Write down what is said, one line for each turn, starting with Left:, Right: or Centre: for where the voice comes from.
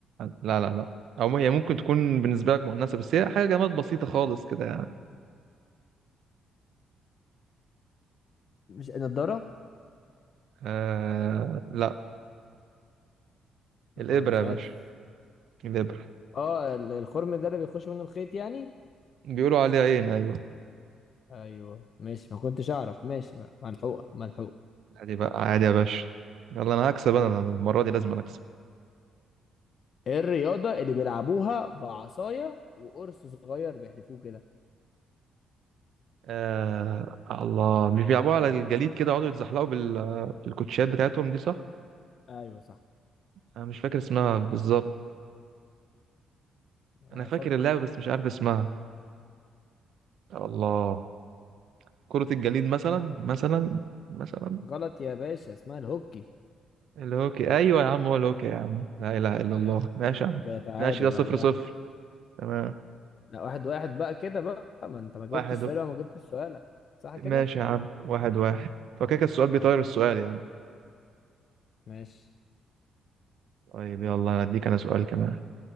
Right: لا لا لا او هي ممكن تكون بالنسبه لك مؤنثه بس هي حاجه جماد بسيطه خالص كده يعني
Left: مش نضارة
Right: آه لا
Left: لا
Right: الابره
Left: ما مش
Right: يا
Left: عارف
Right: باشا الابره
Left: اه ال- الخرم ده اللي بيخش منه الخيط يعني
Right: بيقولوا عليها عين ايوه
Left: ايوه ماشي ما كنتش اعرف ماشي بقى ملحوقة ملحوقة
Right: عادي بقى عادي يا باشا يلا انا هكسب انا أنا المره دي لازم أنا اكسب
Left: ايه الرياضة اللي بيلعبوها بعصاية وقرص صغير بيحدفوه كده
Right: آه الله مش بيلعبوا على الجليد كده يقعدوا يتزحلقوا بال... بالكوتشات بتاعتهم دي صح
Left: ايوه صح
Right: انا مش فاكر اسمها بالظبط
Left: افكر
Right: انا فاكر اللعبه بس مش عارف اسمها الله كره الجليد مثلا مثلا مثلا
Left: غلط يا باشا اسمها الهوكي
Right: الهوكي ايوه يا عم هو الهوكي يا عم لا اله الا
Left: ايوه
Right: الله ماشي يا عم
Left: كده تعادل
Right: ماشي ده صفر
Left: واحد واحد
Right: صفر تمام
Left: لا واحد واحد بقى كده بقى ما انت ما جاوبتش
Right: واحد
Left: السؤال
Right: و...
Left: وما جبتش سؤالك صح
Right: ماشي
Left: كده
Right: يا عم واحد واحد فكده كان السؤال بيطير
Left: ماشي
Right: السؤال يعني
Left: ماشي
Right: طيب يلا انا اديك انا سؤال كمان